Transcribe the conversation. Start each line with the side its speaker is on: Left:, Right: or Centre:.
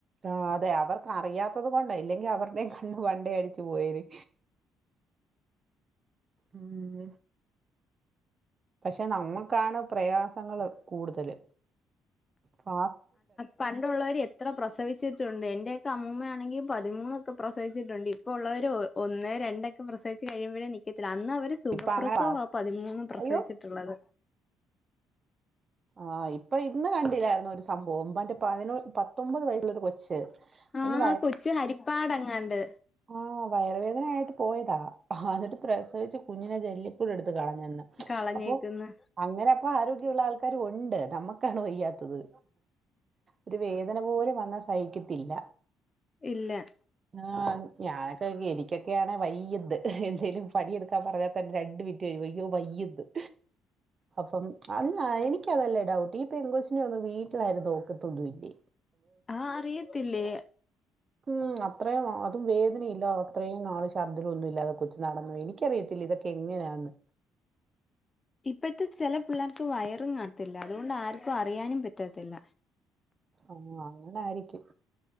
Right: ആഹ്, അതെ അവർക്ക് അറിയാത്തത് കൊണ്ട ഇല്ലെങ്കി അവർടെയും കണ്ണ് വണ്ടേ അടിച്ചു പോയേര്. ഉം പക്ഷെ നമ്മുക്കാണ് പ്രയാസങ്ങള് കൂടുതല് ഫ
Left: പണ്ടുള്ളോർ ഇത്ര പ്രസവിച്ചിട്ടുണ്ട് എന്റെയൊക്കെ അമ്മൂമ്മയാണെങ്കിൽ പതിമൂന്നൊക്കെ പ്രസവിച്ചിട്ടുണ്ട് ഇപ്പൊ ഉള്ളവര ഒന്ന് രണ്ടൊക്കെ പ്രസവിച്ച് കഴിയുമ്പോഴേ നീക്കത്തില്ല അന്ന് അവര് സുഖപ്രസവം
Right: ഇപ്പൊ അങ്ങനെ ഫാ
Left: ആ പതിമൂന്നും പ്രസവിച്ചിട്ടുള്ളത്
Right: അയ്യോ ആഹ് ഇപ്പൊ ഇന്ന് കണ്ടില്ലായിരുന്നു ഒരു സംഭവംന്റെ പതിന പത്തൊമ്പത് വയസ്സിലൊരു കൊച്ച് അയിന്
Left: ആഹ് കൊച്ചു ഹരിപ്പാട്ങ്ങാണ്ട്
Right: ആഹ വയറുവേദനയായിട്ട് പോയതാ എന്നിട്ട് പ്രസവിച്ചു കുഞ്ഞിനെ ജല്ലി എടുത്ത് കാളഞ്ഞെന്ന്
Left: കളഞ്ഞേക്കുന്നു
Right: അപ്പൊ അങ്ങനെ അപ്പ ആരോഗ്യമുള്ള ആൾക്ക ക്കാരും ഉണ്ട് നമ്മക്കാണ് വയ്യാത്തത് ഒരു വേദന പോലും വന്നാ സഹിക്കത്തില്ല
Left: ഇല്ല
Right: ആഹ് ഞാനൊക്കെ എനിക്കൊക്കെയാണ് വയ്യത് എന്തേലും പണിയെടുക്കാൻ പറഞ്ഞാൽ തന്നെ രണ്ട് മി <unintelligible> അപ്പം അല്ല എനിക്ക് എനിക്കതല്ലേ ഡൗട്ട് ഈ പെങ്കൊച്ചിനെ ഒന്ന് വീട്ടിലാരും നോക്കത്തൊന്നുമല്ലേ
Left: ആഹ് അറിയത്തില്ലേ
Right: ഉം, അത്രയും അതും വേദനയില്ലോ അത്രേയും നാള് ശർദിലൊന്നുമില്ലാതെ കൊച്ച് നടന്നു ക്ക് അറിയത്തില്ല ഇതൊക്കെ എങ്ങനെന്ന്.
Left: ഇപ്പത്തെ ചില പിള്ളേർക്ക് വയറും കാണത്തില്ല അതുകൊണ്ട് ആർക്കും അറിയാനും പറ്റാത്തില്ല.
Right: ഓ, അങ്ങനെ ആയിരിക്കും